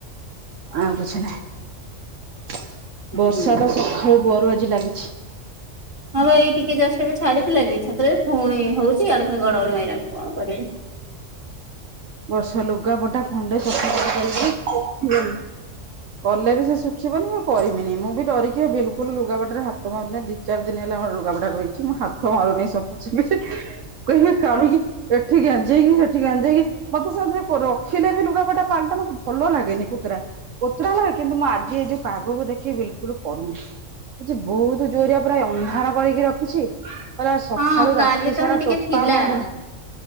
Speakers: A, on the right; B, on the right.
A: ଆଉ କିଛି ନାହିଁ।
B: ହୁଁ
A: ବର୍ଷା ତ ସକାଳୁ ପହରୁ ଆଜି ଲାଗିଛି।
B: ହଁ ପା ଏଇ ଟିକେ ଜଷ୍ଟ ଏବେ ଛାଡିଥିଲା ବି। ଛାତରେ ଫୁଣି ହୋଉଚି ଆଡେ ପୁଣି ଘଡଘଡ଼ି ମାଇଲାନି। କଣ କରିବୁ?
A: ବର୍ଷା ଲୁଗାପଟା ଖଣ୍ଡେ ସଫା କରି କରିି ହୁଁ। କଲେ ବି ସେ ଶୁଖିବନି ଆଉ କରିବିନି। ମୁଁ ବି ଡରିକିରି ବିଲକୁଲ ଲୁଗା ପଟାରେ ହାତ ମାରୁନି ବି। ଦୁ ଚାର ଦିନ ହେଲା ଆମର ଲୁଗାବଡା ରହିଛି ମୁଁ ହାତ ମାରୁନି ସଫା ସଫିରେ। କହିବେ କାଳିକିି ଏଠି ଗାଞ୍ଜି ହେଇକି ସେଠି ଗାଞ୍ଜି ହେଇକି ମତେ ସେରେ ରଖିଲେ ବି ଲୁଗାପଟା ପାଲଟା ମତେ ଭଲ ଲାଗେନି କୁତୁରା। କୋତରା ଲାଗେ କିନ୍ତୁ ମୁଁ ଆଜି ଏଇ ଯୋଉ ପାଗକୁ ଦେଖିକି ବିଲକୁଲ କରୁନି। ଆ ବହୁତ ଜୋରିଆ ପୁରା ଅନ୍ଧାର କରିକି ରଖିଛି। କଲେ ସକାଳୁ
B: ହଁ କାଲି
A: ରାତି
B: ତାହେଲେ
A: ସାରା
B: ଟିକେ
A: ଟୋପା
B: ଥିଲା
A: ବନ୍ଦ ନାହିଁ।